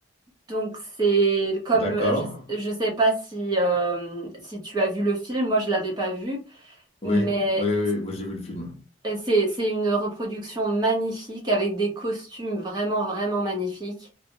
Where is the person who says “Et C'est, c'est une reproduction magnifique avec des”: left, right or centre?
Right